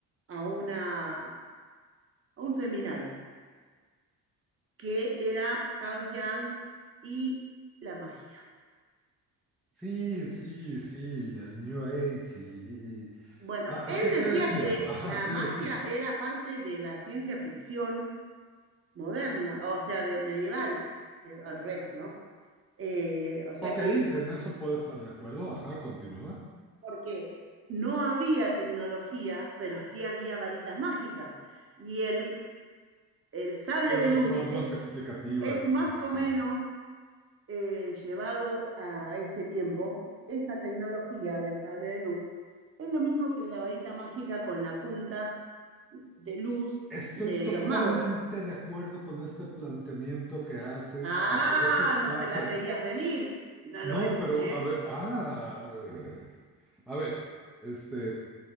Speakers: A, on the right (about 30°); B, in the centre.
A: a, una, a un seminario que era Carl Jung y la magia.
B: Sí, sí, sí, y el New Age y... y- y-
A: Bueno,
B: ah,
A: él
B: ¿qué,
A: decía
B: qué decía?
A: que
B: Ajá,
A: la
B: ¿qué
A: magia
B: decía?
A: era parte de la ciencia ficción moderna, o sea, de medieval, eh, al revés, ¿no? Eh, o sea
B: Ok,
A: que,
B: en eso puedo estar de acuerdo. Ajá, continúa.
A: porque no había tecnología, pero sí había varitas mágicas. Y el, el sable
B: Son
A: de
B: las
A: luz
B: formas
A: es,
B: explicativas.
A: es más
B: Ajá.
A: o menos eh, llevado a este tiempo, esa tecnología del sable de luz es lo mismo que la varita mágica con la punta de luz
B: Estoy
A: de
B: totalmente
A: los magos.
B: de acuerdo con este planteamiento que haces
A: Ah,
B: y por eso...
A: no
B: Ah,
A: te las
B: pero...
A: veías venir, sinaloense.
B: No, pero a
A: ¿eh?
B: ver... Ah... eh, A ver, este...